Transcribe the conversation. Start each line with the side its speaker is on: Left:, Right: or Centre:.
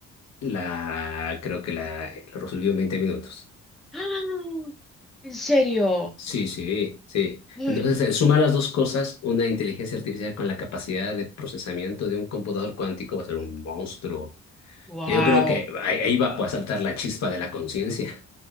Left: la, creo que la, lo resolvió en 20 minutos.
Centre: ¡Ah! ¿En serio?
Left: Sí, sí, sí.
Centre: Uy.
Left: Entonces, eh, suma las dos cosas, una inteligencia artificial con la capacidad de procesamiento de un computador cuántico va a ser un monstruo
Centre: Wow.
Left: que Yo creo que ahí ahí va pues, a saltar la chispa de la conciencia.